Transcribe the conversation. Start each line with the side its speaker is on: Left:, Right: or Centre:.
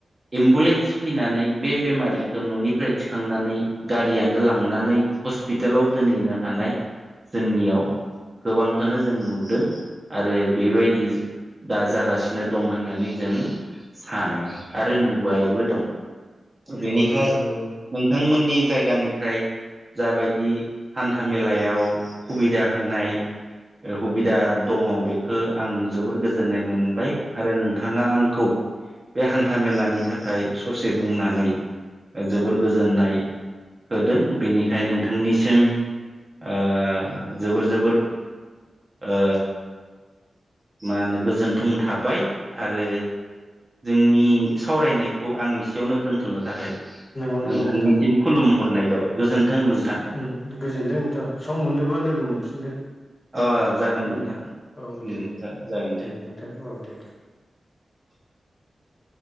Right: एम्बुलेन्स। फैनानै बे बेमारिखौ न'निफ्राय थिखांनानै गारियानो लांनानै हस्पिटालाव दो। दोनैनो हानाय जोंनियाव गोबांखौनो जों नुदों आरो बे बायदि दा जागासिनो दं होननानै जों सानो आरो नुबायबो दं बेनिखाय
Left: नंगौ नोंथां नंगौ
Right: नोंथांमोननि जायगानि ओमफ्राय जा बायदि हान्था मेलायाव सुबिदा होनाय ओ हुबिदा दङ बेखौ आं जोबोर गोजोननाय मोनबाय आरो नोंथाङा आंखौ बे हान्था मेलानि थाखाय ससे बुंनानै जोबोर गोजोननाय होदों बेनिखायनो नोंथांनिसिम ओ जोबोर जोबोर ओ मा होनो गोजोन्थों थाबाय आरो जोंनि सावरायनाय खौ आं इसेयावनो दोनथ'नो थाखाय
Left: नंगौ नंगौ
Right: नोंथांनिसिम
Left: नोंथां
Right: खुलुम हरनाय जाबाय गोजोन्थों
Left: उम
Right: नोंथां।
Left: उम गोजोनदों नोंथां सम मोनोबा लोगो मोनफिनगोन
Right: अ जागोन
Left: उनाव
Right: नोंथां
Left: औ
Right: उम
Left: दे दे उम
Right: जागोन।
Left: दे दे नोंथां औ दे
Right: <inaudible>